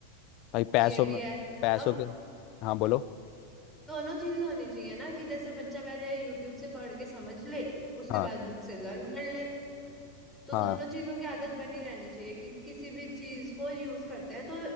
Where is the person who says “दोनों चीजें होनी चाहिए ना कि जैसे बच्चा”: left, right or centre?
Centre